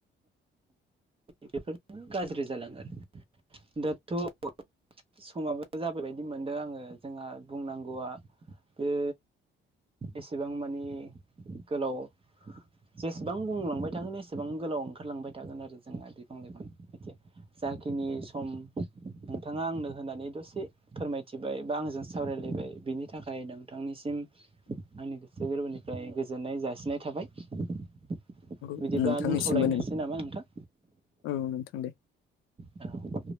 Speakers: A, on the right; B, on the left.
A: बेफोर गाज्रि जालाङो आरो दाथ' समाबो जाबाय बायदि मोनदों आङो जोंहा बुंनांगौआ बे एसेबां मानि गोलाव जेसेबां बुंलांबाय थागोन एसेबां गोलाव ओंखारलांबाय थागोन आरो जोंहा बिफां लाइफांथिया जाखिनि सम नोंथाङा आंनो होननानै दसे फोरमायथिबाय बा आंजों सावरायलायबाय बिनि थाखाय नोंथांनिसिम आंनि गोसो गोरबोनिफ्राय गोजोननाय जासिनाय थाबाय बिदिब्ला
B: औ नोंथांनिसिमबो
A: दोनथ'लायनोसै नामा नोंथां
B: औ नोंथां दे
A: औ